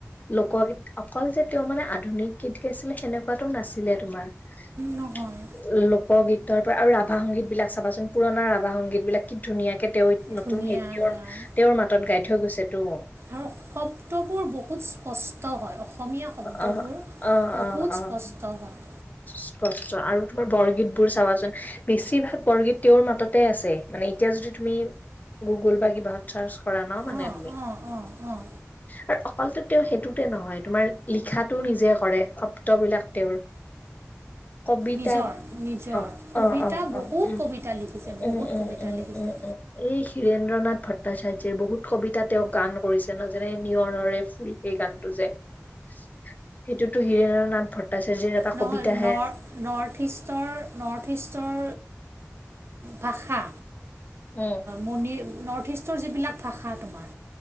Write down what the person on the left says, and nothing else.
লোকগীত অকল যে তেওঁ মানে আধুনিক গীত গাইছিলে সেনেকুৱাটো নাছিলে তোমাৰ। লোকগীত
তাৰ পৰা আৰু ৰাভা সংগীত বিলাক চাবচোন পুৰণা ৰাভা সংগীত বিলাক কি ধুনীয়া তেওঁ
নতুন সেই তেওঁৰ
তেওঁৰ মাতত গাই থৈ গৈছে তো।
অ অ
অ অ
স্পষ্ট আৰু তোমাৰ বৰগীত বোৰ চাবাচোন বেছিভাগ বৰগীত তেওঁৰ মাততে আছে মানে এতিয়া যদি তুমি গুগল বা কিবাহত চাৰ্চ কৰা ন মানে
তুমি।
আৰু অকলটো তেওঁ সেইটোতে নহয় তোমাৰ লিখাটোও নিজে কৰে শব্দবিলাক তেওঁৰ কবিতা
অ
অ অ
অ উম
উম উম
উম
উম এই হিৰেন ৰেন্দ্ৰনাথ ভট্টাচাৰ্যৰ বহুত কবিতা তেওঁ গান কৰিছে ন যেনে নিয়ৰৰে ফুল সেই গানটো যে। সেইটোতো হীৰেন্দ্ৰ নাথ ভট্টাচাৰ্যৰ এটা
কবিতাহে
উম